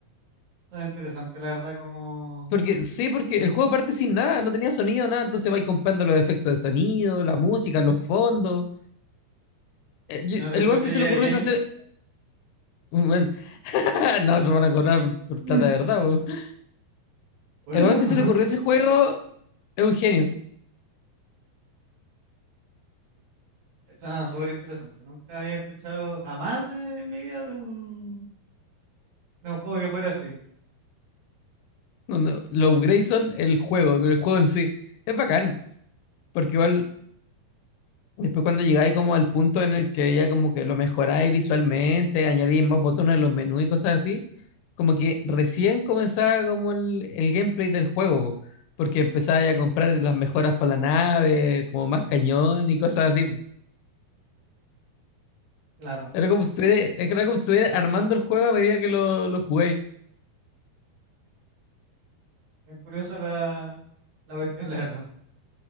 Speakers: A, on the right; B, on the left.
A: Suena interesante, la verdad, como
B: Porque sí, porque el juego parte sin nada, no tenía sonido, nada. Entonces vais comprando los efectos de sonido, la música, los fondos. Eh, yo-
A: que no te
B: El
A: escucha
B: weón que
A: EA
B: se le ocurrió
A: Games.
B: eso hacer. weón, <laughs> no, se van a cobrar por
A: <laughs>
B: plata de verdad, po.
A: Por
B: El
A: eso
B: weón
A: <laughs>
B: que se le ocurrió ese juego es un genio.
A: suena súper interesante. Nunca había escuchado jamás de mi vida de un, de un juego que fuera así.
B: No, no, Los upgrades son el juego, el juego en sí. Es bacán, porque igual Después cuando llegáis como al punto en el que ya como que lo mejoráis visualmente, añadís más botones en los menús y cosas así, como que recién comenzaba como el, el gameplay del juego, po, porque empezabais a comprar las mejoras para la nave, como más cañón y cosas así. po.
A: Claro.
B: Era como si estuviera, era como si estuviera armando el juego a medida que lo, lo jugué.
A: Es curiosa la, la cuestión, la verdad.